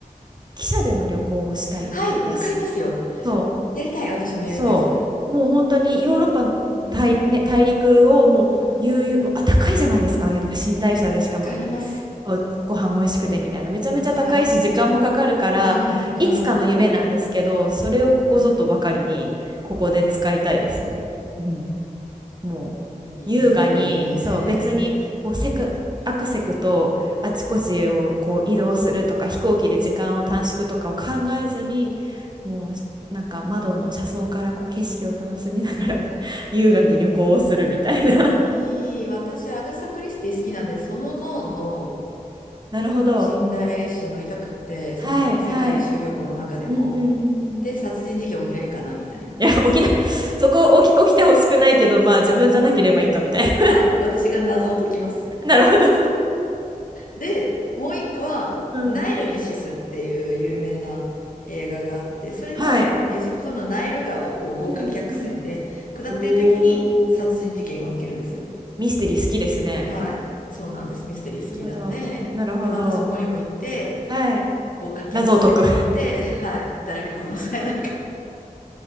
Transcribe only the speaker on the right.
汽車での旅行をしたいです。
そう、
そう。もう本当にヨーロッパ大、
ね、大陸をもう悠々、もうあ、高いじゃないですか、ああいうのが寝台車でしかも、
そう、ご飯も美味しくてみたいな。めちゃめちゃ高いし、
時間もかかるから、
いつかの夢なんですけど、それをここぞとばかりに、
ここで使いたいですね。うん。もう
優雅にそう別にこうせくアクセクとあちこちをこう移動するとか飛行機で時間を短縮とかを考えずにもうなんか窓の車窓からこう景色を楽しみながら <laughs> 優雅に旅行をするみたいな
<laughs> なるほど。
はいはい。うんうんうんうん。
いや、起きな、そこ起き、起きてほしくないけど、まあ自分じゃなければいいかみたいな。
<laughs> なるほど。
うん。
はい。うんうん。おお。ミステリー好きですね。
なるほど。なるほど。
はい。
謎を解く